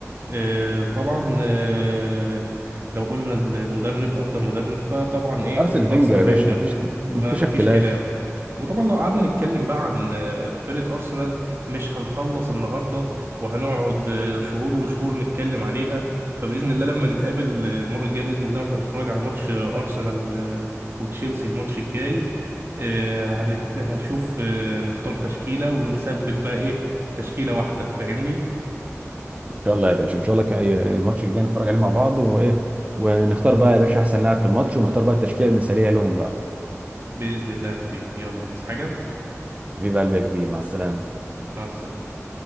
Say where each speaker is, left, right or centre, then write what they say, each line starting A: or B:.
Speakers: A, on the right; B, on the right.
A: آه، طبعا آه، لو قلنا المدرب افضل مدرب فطبعا ايه
B: ارسنال
A: ارسن
B: فينجر يا
A: فينجر
B: باشا مفيش مفيش
A: ما ما
B: اختلاف
A: فيش كلام وطبعا لو قعدنا نتكلم بقى عن آه، فرقة ارسنال مش هنخلص النهارده وهنقعد آه، شهور وشهور نتكلم عليها فباذن الله لما نتقابل آه، المره الجايه باذن الله واحنا بنتفرج على ماتش آه، ارسنال آه، وتشيلسي الماتش الجاي آه، هنت- هنشوف آه، نختار تشكيله ونثبت بقى ايه تشكيله واحده فاهمني
B: ان شاء الله يا باشا ان شاء الله ك- الماتش الجاي نتفرج عليه مع بعض وايه ونختار بقى يا باشا احسن لاعب في الماتش ونختار بقى التشكيله المثاليه لهم بقى
A: بإذن الله يا حبيبي يلا عايز حاجة
B: حبيب قلبي يا كبير مع السلامه
A: مع السلامة